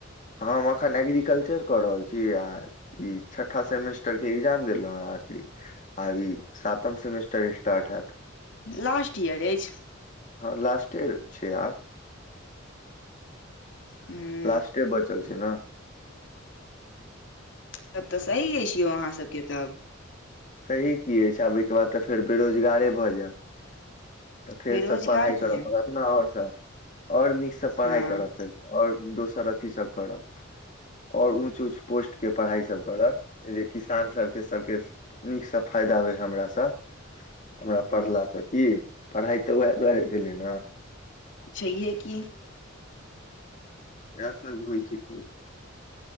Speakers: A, on the left (about 40°); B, on the left (about 65°).
A: हम अखैन एग्रीकल्चर कऽ रहल छी अहाँ ई छठा सेमेस्टर केँ एग्जाम देलहुँ हेँ आखरी आब ई सातम समेस्टर स्टार्ट हैत
B: लास्ट इयर अछि
A: हँ लास्टे छै आब
B: हुँ
A: लास्टे बचल छै नऽ
B: तब तऽ सही अछि यौ अहाँ सब केँ तब
A: सही की अछि छै आब ओहि केँ बाद तऽ फेर बेरोजगारे भऽ जैब तऽ फेर
B: बेरोजगार
A: सभ पढ़ाइ करय
B: किया
A: पड़त ने आओर सभ आओर नीकसँ पढ़ाइ
B: हँ
A: करब फेर आओर दोसर अथी सब करब आओर ऊँच ऊँच पोस्ट केँ पढ़ाइ सभ करब जे किसान सभ केँ सभ केँ नीकसँ फायदा होइ हमरासँ हमरा पढ़लासँ की पढ़ाइ तऽ वैह दुआरे भेलै नऽ
B: छहिए कि
A: इहैसब होइ छै की